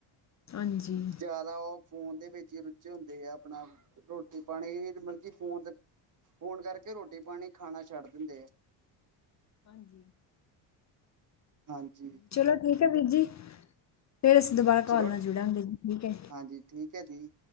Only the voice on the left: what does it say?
ਹਾਂਜੀ
ਹਾਂਜੀ।
ਚਲੋ ਠੀਕ ਐ ਵੀਰ ਜੀ ਫੇਰ ਅਸੀਂ ਦੋਬਾਰਾ
ਕੋਲ ਨਾਲ ਜੁੜਾਂਗੇ ਜੀ ਠੀਕ ਐ।